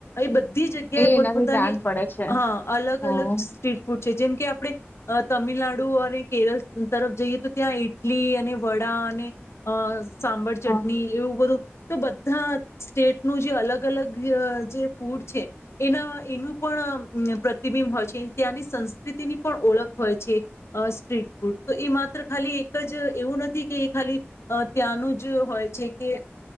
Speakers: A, on the left; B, on the left.
A: એ બધી જગ્યાએ
B: એ
A: પોતપોતાની
B: એનાથી જાન પડે છે.
A: હા અલગ-અલગ
B: હા
A: સ્ટ્રીટ ફૂડ છે. જેમ કે આપણે અ તમિલનાડુ અને કેરળ તરફ જઈએ તો ત્યાં ઇડ તેને વડા અને અ સાંભર ચટણી
B: હા.
A: એવું બધું તો બધા સ્ટેટનું જે અલગ-અલગઅ જે ફૂડ છે એના એનું પણ પ્રતિબિંબ હોય છે. કે ત્યાંની સંસ્કૃતિની પણ ઓળખ હોય છે અ સ્ટ્રીટ ફૂડ. તો એ માત્ર ખાલી જ એવું નથી કે ખાલી અ ત્યાંનું જ હોય છે કે